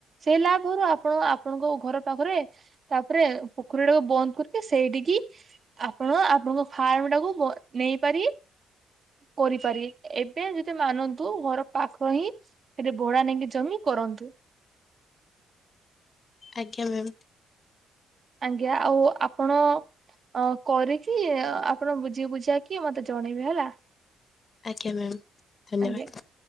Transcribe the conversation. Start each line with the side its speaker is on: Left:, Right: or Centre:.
Right: ସେ ଲାଭରୁ ଆପଣ ଆପଣଙ୍କ ଘର ପାଖରେ ତାପରେ ପୋଖରୀଟାକୁ ବନ୍ଦ କରିକି ସେଇଠିକି ଆପଣ ଆପଣଙ୍କ ଫାର୍ମ ଟାକୁ ନେଇପାରି କରିପାରିବେ ଏବେ ଯଦି ମାନନ୍ତୁ ଘର ପାଖ ହିଁ ସେଥିରେ ଭଡା ନେଇକି ଜମି କରନ୍ତୁ।
Left: ଆଜ୍ଞା ମ୍ୟାମ୍।
Right: ଆଜ୍ଞା ଆଉ ଆପଣ। ଆ କରିକି ଆପଣ ବୁଝି ବୁଝିବା କି ମତେ ଜଣେଇବେ ହେଲା।
Left: ଆଜ୍ଞା ମ୍ୟାମ୍ ଧନ୍ୟବାଦ।
Right: ଆଜ୍ଞା।